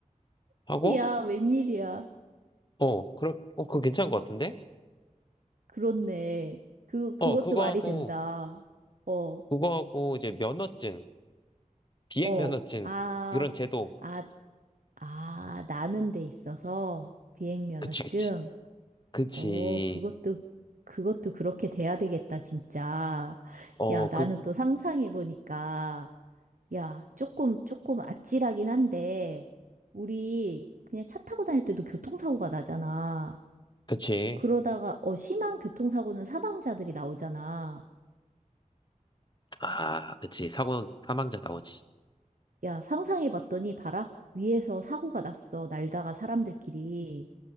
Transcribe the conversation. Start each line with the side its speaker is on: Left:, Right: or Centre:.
Left: 하고
Right: 야, 웬일이야.
Left: 어 그렇 어 그거 괜찮은 것 같은데?
Right: 그렇네. 그, 그것도
Left: 어 그거
Right: 말이
Left: 하고
Right: 된다. 어,
Left: 그거 하고 이제 면허증 비행면허증
Right: 어, 아,
Left: 이런 제도
Right: 아, 아, 나는 데 있어서 비행면허증?
Left: 그치 그치 그치
Right: 어, 그것도, 그것도 그렇게 돼야 되겠다, 진짜.
Left: 어
Right: 야, 나는
Left: 그
Right: 또 상상해보니까, 야, 조금, 조금 아찔하긴 한데, 우리 그냥 차 타고 다닐 때도 교통사고가 나잖아.
Left: 그치
Right: 그러다가 어 심한 교통사고는 사망자들이 나오잖아.
Left: 아 그치 사고 사망자 나오지
Right: 야, 상상해 봤더니 봐라. 위에서 사고가 났어. 날다가 사람들끼리.